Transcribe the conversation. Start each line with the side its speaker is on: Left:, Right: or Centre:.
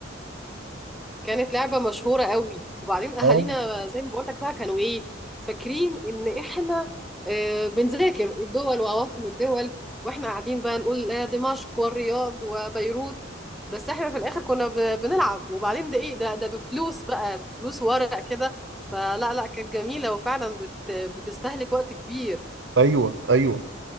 Centre: كانت لعبة مشهورة قوي وبعدين أهالينا
Right: اه
Centre: زي ما بقولك بقى كانوا إيه فاكرين إن إحنا آه، بنذاكر الدول وعواصم الدول وإحنا قاعدين بقى نقول آه، دمشق والرياض وبيروت بس إحنا في الآخر كنا ب- بنلعب وبعدين ده إيه ده ده بفلوس بقى بفلوس ورق كده فلا لا كانت جميلة وفعلا بت بتستهلك وقت كبير
Right: ايوه ايوه